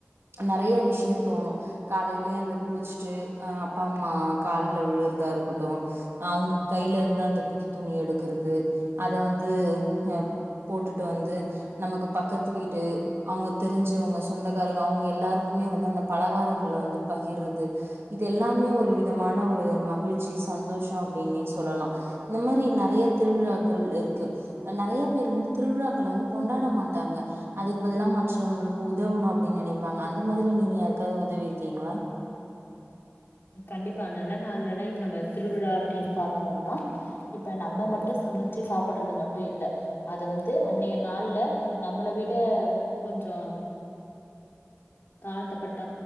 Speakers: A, on the right (about 65°); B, on the left (about 55°).
A: நறைய விஷ்யந் தோணு காலைலியே எந்து குளிச்சுட்டு அ அப்பா அம்மா கால் ல் விழுறுதா இருக்கட்டு அவுங் கையிலந்து அந்த புது துணி எடுக்கறது அத வந்து அஹ் போட்டுட்டு வந்து நமக்குப் பக்கத்து வீடு அவுங்க தெரிஞ்சவங்க சொந்தக்காரங்க அவுங்க எல்லாருக்குமே வந்து அந்த பலகாரங்கள்ல வந்து பகிர்றது இது எல்லாமே ஒரு விதமான ஒரு மகிழ்ச்சி சந்தோஷோ அப்டின்னே சொல்லலா இந்த மாரி நறைய திருவிழாக்கள் இருக்கு நறைய பேர் வந்து திருவிழாக்கள வந்து கொண்டாட மாட்டாங்க அதுக்கு பதிலா மற்றவங்களுக்கு உதவணு அப்டின் நெனைப்பாங்க அந்த மாதிரி நீங்க யாருக்காவது உதவிருக்கீங்களா
B: கண்டிப்பா நல்ல நாள்ல எல்லா இப்ப நம்ப திருவிழா அப்டின் பாத்தோம்னா இப்ப நம்ப மட்டு சமைச்சு சாப்பட்றது மட்டு இல்ல அத வந்து அன்னைய நாள்ல நம்மள விட கொஞ்சோ தாழ்த்தப்பட்ட